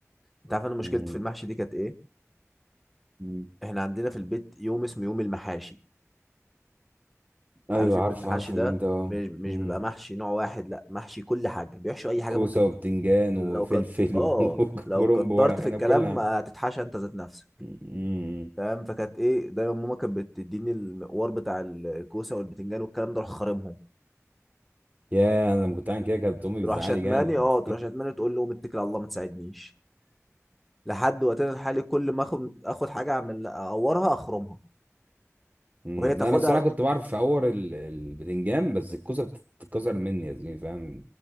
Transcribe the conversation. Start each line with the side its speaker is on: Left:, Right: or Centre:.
Centre: انت عارف انا مشكلتي
Right: مم.
Centre: في المحشي دي كانت ايه
Right: مم.
Centre: احنا عندنا في البيت يوم اسمه يوم المحاشي
Right: ايوه
Centre: عارف يوم
Right: عارف
Centre: المحاشي
Right: عارف
Centre: ده
Right: اليوم ده آه.
Centre: مش مش
Right: مم.
Centre: بيبقى محشي نوع واحد لا محشي كل حاجه بيحشوا اي حاجه
Right: كوسه
Centre: ممكن
Right: وبتنجان
Centre: تت- لو
Right: وفلفل
Centre: كت اه
Right: و- <laughs> وكرنب
Centre: لو كترت
Right: ورق
Centre: في
Right: عنب
Centre: الكلام
Right: كل حاجه
Centre: هتتحشى انت ذات نفسك
Right: مم.
Centre: فاهم فكانت ايه دايما ماما كانت بتديني المقوار بتاع ال- الكوسه والبتنجان والكلام ده اروح خارمهم
Right: يا انا لما كنت عامل كده كانت امي
Centre: تروح
Right: بتزعلي
Centre: شتماني
Right: جامد
Centre: اه تروح شتماني تقول له متكل على الله ما تساعدنيش لحد وقتنا الحالي كل ما اخد اخد حاجه اعمل اقورها اخرمها
Right: مم.
Centre: وهي تاخدها
Right: لا انا الصراحه كنت بعرف في اور ال- البتنجان بس الكوسه بتتكسر مني يا زميلي فاهم